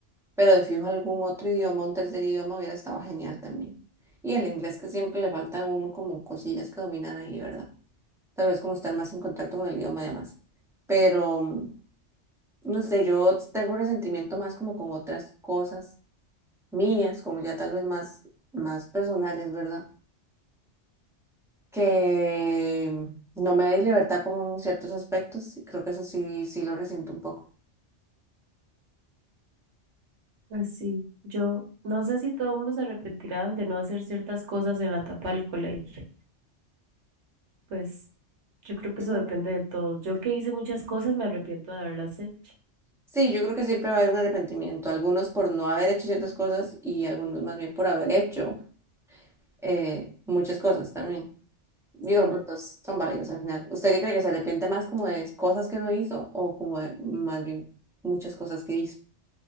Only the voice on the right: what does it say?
Pues sí, yo no sé si todo el mundo se arrepentirá de no hacer ciertas cosas en la etapa del colegio. Pues yo creo que
eso
depende
de todo. Yo que hice muchas cosas me arrepiento de haberlas hecho.
Sí.